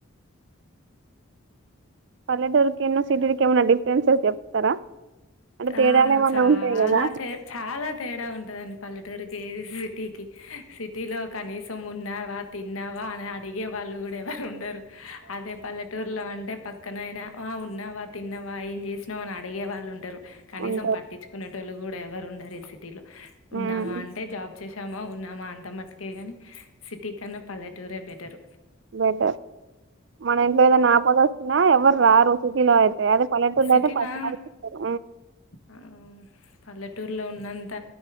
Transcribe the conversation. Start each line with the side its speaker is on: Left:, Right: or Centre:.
Right: పల్లెటూరికి ఎన్నో సిటీరికి ఏమన్నా డిఫరెన్సెస్ చెప్తారా అంటే
Left: ఆ
Right: తేడాలు ఏమన్నా
Left: చాలా
Right: ఉంటాయి కదా
Left: తే చాలా తేడా ఉంటదండి పల్లెటూరుకిది సిటీకి సిటీ లో కనీసం ఉన్నావా తిన్నావా అని అడిగే వాళ్ళు కూడా ఎవరు ఉండరు అదే పల్లెటూరులో అంటే పక్కనయినా వా ఉన్నావా తిన్నావా ఏం చేసినా అని అడిగే వాళ్ళు ఉండరు కనీసం
Right: ఉంటారు
Left: పట్టించుకునేటోళ్లు కూడా ఎవరు ఉండరు ఈ సిటీ లో ఉన్నామా
Right: ఉమ్,
Left: అంటే జాబ్ చ్చసామా ఉన్నామా అంత మటుకే గాని సిటీ కన్నా పల్లెటూరే బెటర్
Right: బెటర్ మన ఇంట్లో ఏదైన అపద వచ్చిన ఎవరు రారు సిటీలో అయితే అదే పల్లెటూళ్ళ
Left: సిటీలా
Right: అయితే పది మంది వస్తారు
Left: ఆ పల్లెటూర్లో ఉ అంత